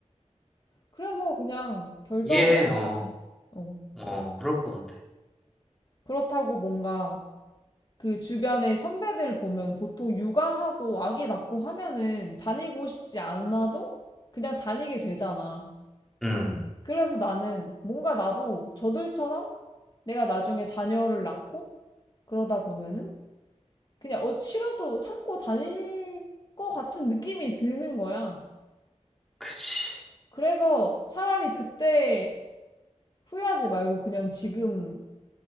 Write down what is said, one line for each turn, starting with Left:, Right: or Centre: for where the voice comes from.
Left: 그래서 그냥 결정을
Centre: 예,
Left: 한
Centre: 어,
Left: 것 같아. 어.
Centre: 어, 그럴 것 같아.
Left: 그렇다고 뭔가 그 주변의 선배들 보면 보통 육아하고 아기 낳고 하면은 다니고 싶지 않아도 그냥 다니게 되잖아.
Centre: 음.
Left: 그래서 나는 뭔가 나도 저들처럼 내가 나중에 자녀를 낳고 그러다 보면은 그냥 어 싫어도 참고 다닐 것 같은 느낌이 드는 거야.
Centre: 그치.
Left: 그래서 차라리 그때 후회하지 말고 그냥 지금